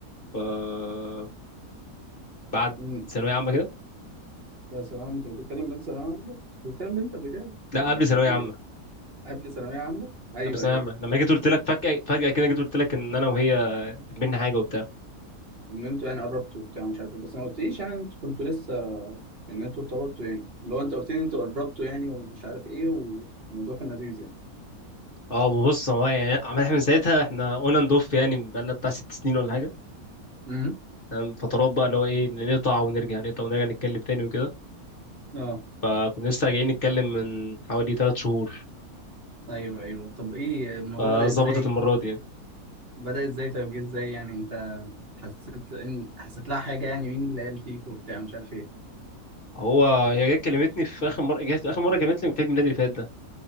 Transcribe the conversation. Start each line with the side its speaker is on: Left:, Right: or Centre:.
Left: آه، بعد
Right: امم
Left: ثانويه عامه كده
Right: بس يا عم انت بتتكلم من ثانويه عامه كنت بتتكلم من انت قبل كده
Left: لا
Right: قبل
Left: قبل ثانويه
Right: ايه
Left: عامه
Right: قبل ثانويه عامه ايوه
Left: قبل ثانويه
Right: ايوه
Left: عامه لما جيت قلت لك فجاه فجاه كده جيت قلت لك ان انا وهي بينا حاجه وبتاع
Right: ان انتوا يعني قربتوا وبتاع مش عارف إيه. بس ما قلتليش يعني انتوا كنتوا لسه ان انتوا ارتبطتوا يعني لو انت قلت لي انتوا قربتوا يعني ومش عارف ايه والموضوع كان لذيذ يعني
Left: اه ما بص هو يعني عمال- احنا من ساعتها احنا اون اند اوف يعني بقالنا بتاع ست سنين ولا حاجه
Right: امم
Left: تمام فترات بقى اللي هو ايه نقطع ونرجع نقطع ونرجع نتكلم تاني وكده
Right: اه
Left: فكنا لسه راجعين نتكلم من حوالي ثلاث شهور
Right: ايوه ايوه طب ايه الموضوع
Left: فظبطت
Right: بدأ ازاي
Left: المرة دي يعني
Right: بدأ ازاي طيب جه ازاي يعني انت حسيت ان حسيت لها حاجه يعني مين اللي قال فيك وبتاع مش عارف ايه
Left: هو هي جت كلمتني في اخر مرة جت اخر مرة كلمتني في عيد ميلادي اللي فات ده